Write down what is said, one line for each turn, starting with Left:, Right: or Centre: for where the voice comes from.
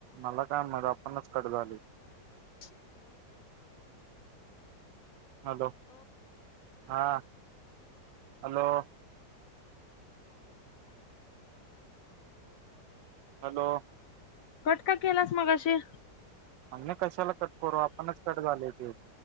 Right: मला काय माहित आपणच कट झाली.
Left: <unintelligible>
Right: हॅलो हा हॅलो हॅलो
Left: कट का केलास मगाशी
Right: आमना कशाला कट करू आपणच कट झालय ते